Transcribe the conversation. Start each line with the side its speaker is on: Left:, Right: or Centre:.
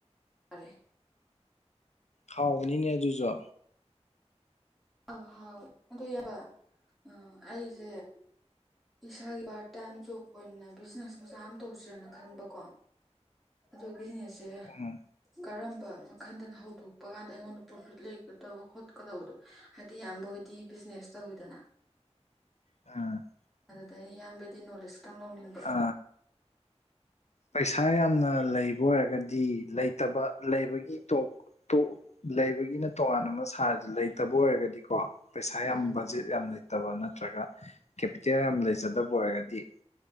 Centre: ꯆꯔꯦ
Left: ꯍꯧꯎꯕꯅꯤꯅꯦ ꯑꯗꯨꯖꯨ
Centre: ꯑ ꯍꯥꯎ ꯑꯗꯨ ꯏꯌꯥꯝꯕ ꯑ ꯑꯩꯖ‌ꯦ ꯏꯁꯥꯒꯤ ꯄꯥꯔꯠ ꯇꯥꯏꯝ ꯖꯣꯕ ꯑꯣꯏꯅ ꯕꯤꯖꯤꯅꯦꯁ ꯃꯆꯥ ꯑꯃ ꯇꯧꯁꯦꯔꯅ ꯈꯟꯕꯀꯣ ꯑꯗꯣ ꯕꯤꯖꯤꯅꯦꯁ ꯁꯦ
Left: ꯎꯝ
Centre: ꯀꯔꯝꯕ ꯃꯈꯟꯗꯅ ꯍꯧꯗꯣꯛꯄ ꯀꯥꯟꯗ ꯑꯩꯉꯣꯟꯗ ꯄ꯭ꯔꯣꯐꯤꯠ ꯂꯩꯒꯗꯕ ꯈꯣꯠꯀꯗꯕꯗꯣ ꯍꯥꯏꯗꯤ ꯏꯌꯥꯝꯕ ꯍ‌ꯣꯏꯗꯤ ꯕꯤꯖꯤꯅꯦꯁ ꯇꯧꯋꯤꯗꯅ
Left: ꯑꯝ
Centre: ꯑꯗꯨꯗ ꯏꯌꯥꯝꯕꯗꯩ ꯅꯣꯂꯦꯖ ꯇꯪ ꯂꯧꯅꯤꯡꯕꯦ
Left: ꯑ ꯄꯩꯁꯥ ꯌꯥꯝꯅ ꯂꯩꯕ ꯑꯣꯏꯔꯒꯗꯤ ꯂꯩꯇꯕ ꯂꯩꯕꯒꯤ ꯇꯣꯛ ꯇ‌ꯣꯛ ꯂꯩꯕꯒꯤꯅ ꯇꯣꯉꯥꯟ ꯑꯃ ꯁꯥꯔꯖ‌ꯦ ꯂꯩꯇꯕ ꯑꯣꯏꯔꯒꯗꯤꯀꯣ ꯄꯩꯁꯥ ꯌꯥꯝ
Centre: ꯎꯝ
Left: ꯕꯖꯦꯠ ꯌꯥꯝ ꯂꯩꯇꯕ ꯅꯠꯇ꯭ꯔꯒ ꯀꯦꯄꯤꯇꯦꯜ ꯌꯥꯝ ꯂꯩꯖꯗꯕ ꯑꯣꯏꯔꯒꯗꯤ